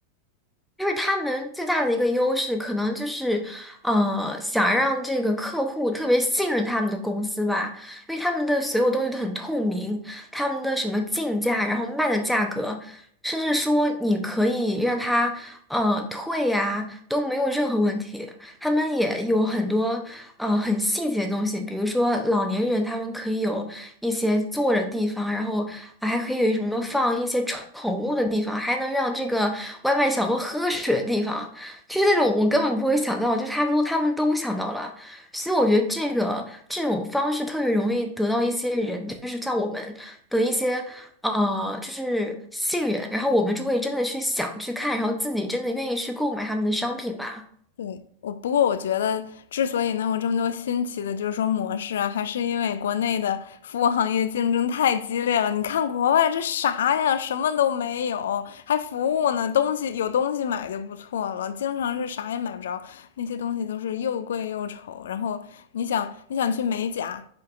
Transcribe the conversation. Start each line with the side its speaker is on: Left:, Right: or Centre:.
Centre: 就是他们最大的一个优势，可能就是，呃，想让这个客户特别信任他们的公司吧，因为他们的所有东西都很透明，他们的什么进价，然后卖的价格，甚至说你可以让他呃退呀、都没有任何问题。他们也有很多呃很细节的东西，比如说老年人他们可以有一些坐着地方，然后啊还可以有什么放一些宠宠物的地方，还能让这个外卖小哥喝水的地方，就是那种我根本不会想到，就是他都他们都想到了，所以我觉得这个这种方式特别容易得到一些人，就是像我们的一些。呃，就是信任，然后我们就会真的去想去看，然后自己真的愿意去购买他们的商品吧。
Left: 对，我不过我觉得，之所以能有这么多新奇的，就是说模式啊，还是因为国内的服务行业竞争太激烈了。你看国外这啥呀，什么都没有，还服务呢，东西有东西买就不错了，经常是啥也买不着，那些东西都是又贵又丑。然后你想，你想去美甲，